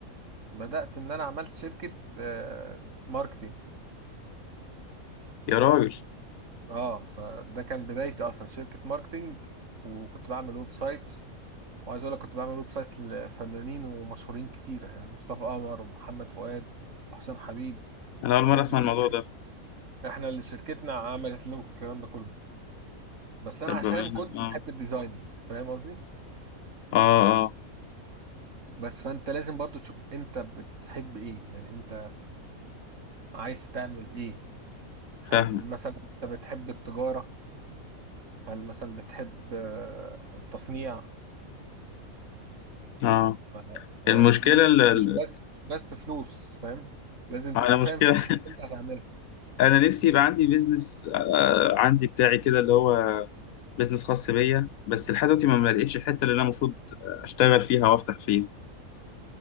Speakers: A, on the right; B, on the left.
A: بدأت ان انا عملت شركة آه، ماركتينج
B: يا راجل
A: اه فده كان بدايتي اصلا شركة ماركتينج وكنت بعمل ويب سايتس وعايز اقول لك كنت بعمل ويب سايتس لفنانين ومشهورين كتيرة يعني مصطفى قمر ومحمد فؤاد وحسام حبيب
B: انا اول مرة
A: الناس
B: اسمع
A: دي كلها
B: الموضوع ده
A: احنا اللي شركتنا عملت له الكلام ده كله بس
B: طب
A: انا عشان
B: بأمانة،
A: كنت
B: اه
A: بحب الديزايننج فاهم قصدي
B: اه اه
A: بس فانت لازم برضو تشوف انت بتحب ايه يعني انت عايز تعمل ايه
B: فاهمك
A: هل مثلا انت بتحب التجارة هل مثلا بتحب آه، التصنيع
B: اه
A: فهو
B: المشكلة
A: البيزنس
B: ال- ال-
A: مش بس مش بس فلوس فاهم لازم
B: على
A: تبقى
B: مشكلة
A: فاهم في الحاجة
B: <laughs>
A: اللي انت هتعملها
B: انا نفسي يبقى عندي بيزنس آه، عندي بتاعي كده اللي هو بيزنس خاص بيا بس لحد دلوقتي ما ما لقيتش الحته اللي انا المفروض اشتغل فيها وافتح فيها